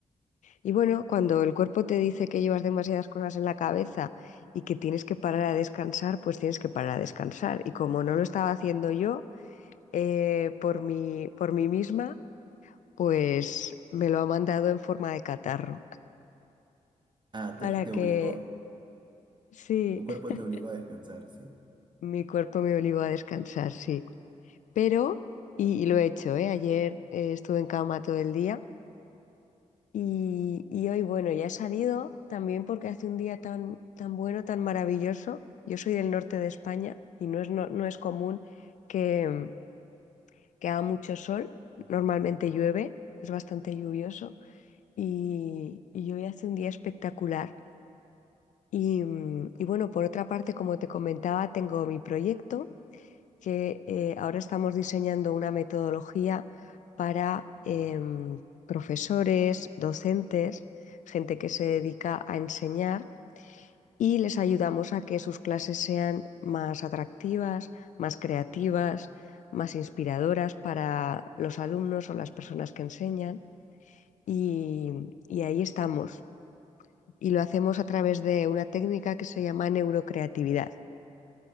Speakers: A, on the left; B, on the right.
A: y bueno, cuando el cuerpo te dice que llevas demasiadas cosas en la cabeza y que tienes que parar a descansar, pues tienes que parar a descansar. Y como no lo estaba haciendo yo, eh, por mí, por mí misma, pues me lo ha mandado en forma de catarro.
B: Ah, te,
A: Para
B: te
A: que,
B: obligó,
A: sí,
B: tu cuerpo
A: <laughs>
B: te obligó a descansar, sí.
A: mi cuerpo me obligó a descansar, sí. Pero, y, y lo he hecho, ¿eh? Ayer eh, estuve en cama todo el día y, y hoy, bueno, ya he salido también porque hace un día tan, tan bueno, tan maravilloso. Yo soy del norte de España y no es, no, no es común que, que haga mucho sol. Normalmente llueve, es bastante lluvioso. y, y hoy hace un día espectacular. Y, mm, y bueno, por otra parte, como te comentaba, tengo mi proyecto que eh, ahora estamos diseñando una metodología para em, profesores, docentes, gente que se dedica a enseñar y les ayudamos a que sus clases sean más atractivas, más creativas, más inspiradoras para los alumnos o las personas que enseñan. Y, y ahí estamos. y lo hacemos a través de una técnica que se llama neurocreatividad.